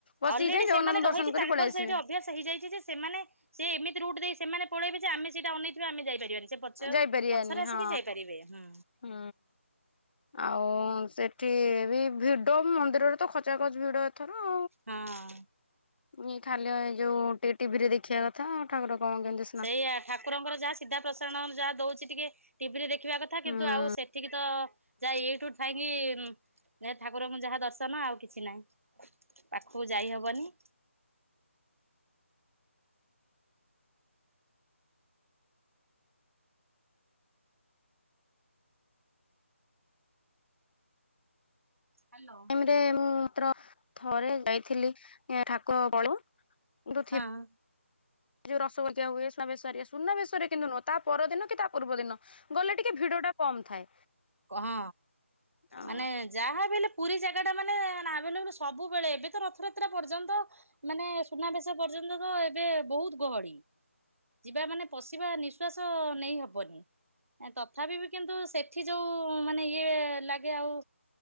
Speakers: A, on the left (about 45°); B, on the right (about 75°).
A: ବସିକି
B: ଅଲରେଡି
A: ଯାଇ
B: ସେମାନେ
A: ଜଗନ୍ନାଥ
B: ରହିକି
A: ଦର୍ଶନ କରି
B: ତାଙ୍କର
A: ପଳେଇ ଆସିବେ।
B: ସେଇଠି ଅଭ୍ୟାସ ହେଇଯାଇଚିଯେ ସେମାନେ ସେ ଏମିତି ରୁଟ୍ ଦେଇ ସେମାନେ ପଳେଇବେ ଯେ ଆମେ ସେଇଟା ଅନେଇଥିବା ଆମେ ଯାଇପାରିବାନି। ସେ ପଛ
A: ଯାଇପାରିବାନି
B: ପଛରେ ଆସିକି
A: ହଁ
B: ଯାଇପାରିବେ ହୁଁ।
A: ହୁଁ। ଆଉ ସେଠି ବି ଭିଡ ମନ୍ଦିରରେ ତ ଖଚା ଖଚ ଭିଡ ଏଥର।
B: ହଁ।
A: ଏଇ ଖାଲି ଏ ଯୋଉେ ଟି ଟିଭିରେ ଦେଖିବା କଥା ଠାକୁର କଣ କେନ୍ତି
B: ସେଇଆା ଠାକୁରଙ୍କର ଯାହା ସିଧା ପ୍ରସାରଣ ଯାହା ଦଉଚି ଟିକେ ଟିଭି ରେ ଦେଖିବା କଥା
A: ହୁଁ
B: କିନ୍ତୁ ଆଉ ସେ ଏଠିକି ତ ଯାହା ୟୁଟ୍ୟୁବ ଥାଇକି ଠାକୁରଙ୍କୁ ଯାହା ଦର୍ଶନ ଆଉ କିଛି ନାହିଁ। ପାଖକୁ ଯାଇହବନି। ହ୍ୟାଲୋ
A: ରୁମ୍ ରେ ମୁଁ ମାତ୍ର ଥରେ ଯାଇଥିଲି ଠାକୁର ବଳୁ ଦୁଥିିବ
B: ହଁ
A: ଯଉ ରସଗୋିକଆ ହୁଏ ବ ସୁନା ବେଶରେ ସୁନା ବେଶରେ କିନ୍ତୁ ନୁହଁ ତା ପରଦିନ କି ତା ପୂର୍ବ ଦିନ ଗଲେ ଟିକେ ଭିଡ ଟା କମ ଥାଏ
B: କ ହଁ
A: ଅଁ
B: ମାନେ ଯାହା ବି ହେଲେ ପୁରୀ ଜାଗା ଟା ମାନେନାଭେଏଲ ସବୁବେଳେ ଏବେ ତ ରଥଯାତ୍ରା ପର୍ଯ୍ୟନ୍ତ ମାନେ ସୁନାବେଶ ପର୍ଯ୍ୟନ୍ତ ତ ଏବେ ବହୁତ ଗହଳି ଯିବା ମାନେ ପଶିବା ନିଃଶ୍ଵାସ ନେଇ ହବନି ତଥାପି ବି କିନ୍ତୁ ସେଠି ଯୋଉ ମାନେ ଇଏ ଲାଗେ ଆଉ